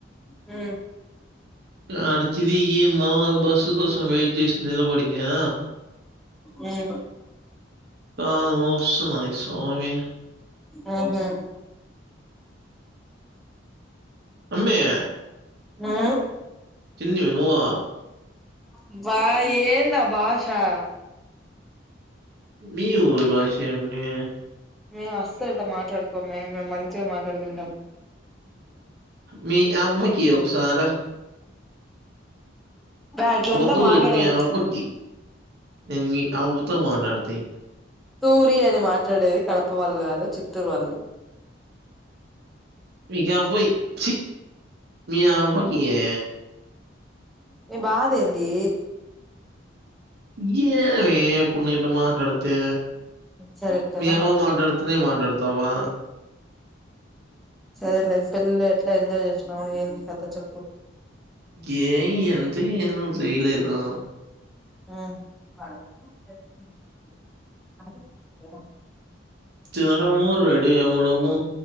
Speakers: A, in the centre; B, on the right.
A: ఊ
B: ఆడ తిరిగీ మళ్ళా బస్సు కోసం వెయిట్ చేసి నిలబడిందిఆ
A: మ్మ్
B: కాళ్ళు నొస్తున్నాయి స్వామి.
A: ఊహు
B: అమ్మే
A: హ్మూ
B: తిన్నివ నువ్వూ
A: అబ్బా ఏందా బాషా
B: మీ ఊరి బాషే అమ్మే
A: మేము అసల్ ఇట్ట మాట్లాడుకోమే మేమ్ మంచిగ మాట్లాడుకుంటాం.
B: మీ అవ్వకి ఒకసారె
A: అట్లంతా
B: ఒక తూరి
A: మాట్లాడదాం
B: మీ అవ్వకి నేను మీ అవ్వతో మాట్లాడుతి
A: తూరి అని మాట్లాడేది కడప వాళ్ళు గాదు చిత్తూరు వాళ్ళు.
B: మీక్ అవ్వయ్ ఛీ. మీ అవ్వకియ్యే.
A: నీ బాధ ఏందీ
B: ఇయ్యవ ఏమీ ఇప్పుడు నే ఇట్ట మాట్లాడితే
A: సరే ఎట్టైనా
B: మీ అవ్వ
A: మాట్లాడు
B: మాట్లాడుతెనే మాట్లాడతా అవ్వా
A: సరేలే పెళ్ళి లో ఎట్లా ఎంజాయ్ చేశినవో ఏంది కథ చెప్పు.
B: గేయ్ ఎంజాయ్ ఏం చెయ్యలేదూ
A: ఆ
B: తినడము రెడీ అవ్వడము